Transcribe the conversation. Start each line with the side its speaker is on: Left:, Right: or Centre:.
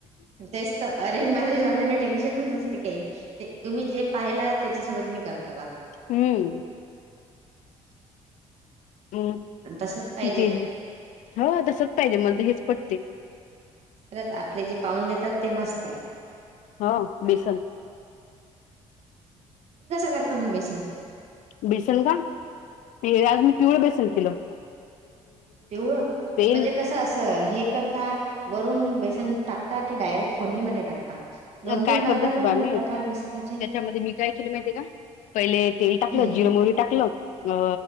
Right: तेचत अरेंज मॅरेज वाल्याला टेन्शनच न असते काही ते तुम्ही जे पाहिलात. त्याच्यासोबत मी करतो बा.
Left: हं.
Right: <inaudible>
Left: अं,
Right: तसच पाहिजे
Left: ते, हो. तसच पाहिजे मला तर हेच पटते.
Right: खरंच आपले जे पाहून देतात, ते मस्त
Left: हा बेसन.
Right: करतो मग बेसन.
Left: बेसन का? ते आज मी पिवळ बेसन केल.
Right: पिवळ?
Left: तेल
Right: म्हणजे कसं? असं हे करता वरून बे तून टाकता की, डायरेक्ट फोडनी मध्ये टाकता? दोन
Left: अर काय
Right: तीन राहतात
Left: करतस
Right: ना म्हणजे
Left: बा मी,
Right: प्रकार बेसनाचे
Left: त्याच्यामध्ये मी काय केलं माहिती आहे का? पहिले तेल टाकलं,
Right: हम्म
Left: जिर मोहरी टाकलं, अ